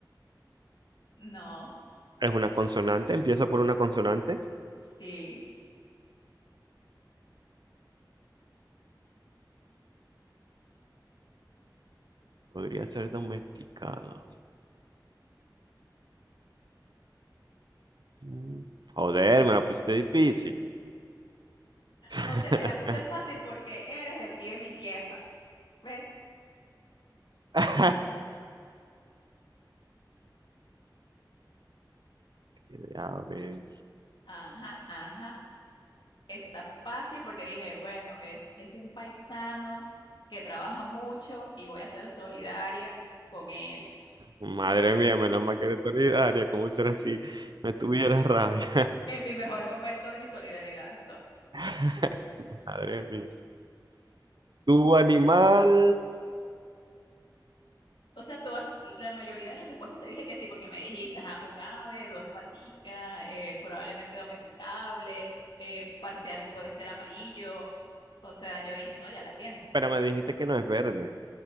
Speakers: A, on the left; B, on the right.
A: no,
B: Es una consonante, empieza por una consonante.
A: sí.
B: Podría ser domesticado. Mm, Joder, me la pusiste difícil. <laughs>
A: O sea, te la puse fácil porque eres de aquí de mi tierra, ¿ves?
B: Es que, a ver.
A: Ajá, ajá. Está fácil porque dije, bueno, es, es un paisano que trabaja mucho y voy a ser solidaria con él.
B: Madre mía, menos mal que eres solidaria. ¿Cómo será si no tuviera rabia?
A: En mi mejor momento de mi solidaridad estoy.
B: <laughs> Madre mía. Tu animal,
A: O sea, todas, la mayoría de las respuestas te dije que sí, porque me dijiste, ajá, un ave, dos paticas, eh, probablemente domesticable, eh, parcial puede ser amarillo. O sea, yo dije, no, ya la tiene.
B: pero me dijiste que no es verde,